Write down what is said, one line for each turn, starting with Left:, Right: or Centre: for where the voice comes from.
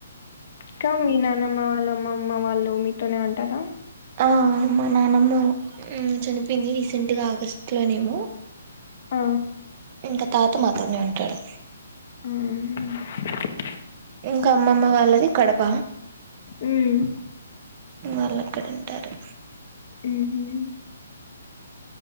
Left: సో మీ నాన్నమ్మా వాళ్ళ అం అమ్మమ్మ వాళ్ళు మీతోనే ఉంటారా
Right: ఆ మా నానమ్మ ఉమ్ చేనిపోయింది రీసెంట్గా ఆగస్టులోనేమో
Left: ఆ
Right: ఇంక తాత మాతోనే ఉంటాడు
Left: ఉమ్
Right: ఇంకా అమ్మమ్మ వాళ్ళది కడప
Left: మ్మ్
Right: వాళ్లు అక్కడేఉంటారు
Left: ఉహ్మ్